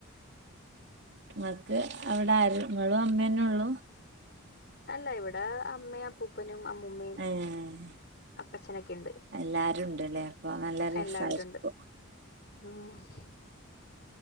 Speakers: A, on the right (about 50°); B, on the left (about 50°).
A: മക്ക് അവിടെ ആര് ഇങ്ങളും അമ്മേയന്നെ ഉള്ളൂ
B: അല്ല ഇവിടെ അമ്മയും അപ്പൂപ്പനും അമ്മൂമ്മയും
A: ഏഹ്
B: അപ്പച്ചനൊക്കെയുണ്ട്
A: എല്ലാരും ഉണ്ട്ല്ലേ അപ്പൊ നല്ല രസായിരിക്കും.
B: എല്ലാവരും ഉണ്ട് ആഹ്